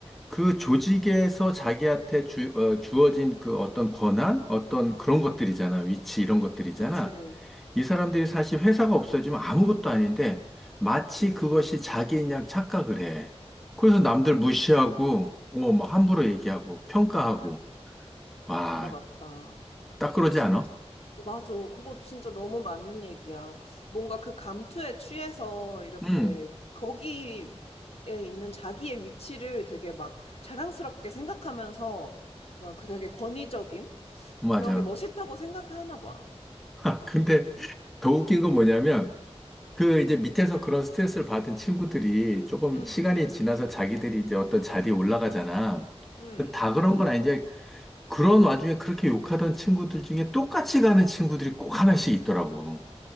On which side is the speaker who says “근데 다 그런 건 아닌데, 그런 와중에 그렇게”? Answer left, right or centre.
Centre